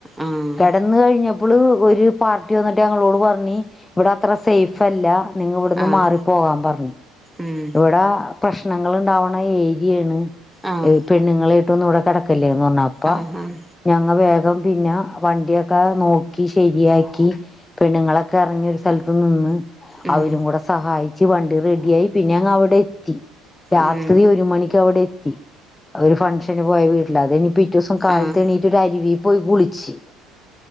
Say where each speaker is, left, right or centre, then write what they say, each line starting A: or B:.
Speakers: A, in the centre; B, on the left.
A: ആഹ്
B: കെടന്ന് കഴിഞ്ഞപ്പള് ഒരു പാർട്ടി വന്നിട്ട് ഞങ്ങളോട് പറഞ്ഞി ഇവിടെ അത്ര സേഫ് അല്ല. നിങ്ങ ഇവിടുന്ന്
A: ആഹ്
B: മാറി പോകാൻ പറഞ്ഞി.
A: ഉം
B: ഇവടാ പ്രശ്നങ്ങള്ണ്ടാവണ ഏരിയാണ്.
A: ആഹ്
B: ഏ പെണ്ണുങ്ങളെ ആയിട്ടൊന്ന്ടെ കടക്കല്ല് <unintelligible> അപ്പ
A: ആഹ് ആഹ്
B: ഞങ്ങ വേ അപ്പം പിന്ന വണ്ടിയൊക്കെ നോക്കി ഇഷ് ശെരിയാക്കി പെണ്ണുങ്ങളൊക്കെ എറങ്ങി ഒരു സ്ഥലത്ത് നിന്ന്.
A: ഉം
B: അവരും കൂടെ സഹായി ച്ച് വണ്ടി റെഡിയായി. പിന്നെ ഞങ്ങ അവടെത്തി രാത്രി
A: ഉം
B: ഒരു മണിക്ക് അവിടെ ഒരു ഫങ്ഷന് പോയ വീട്ടില് അതെനി പിറ്റ ദിവസം കാലത്തേ
A: ആഹ്
B: എണീറ്റിട്ട് ആരിവെപ്പ് പോയി കുളിച്ച്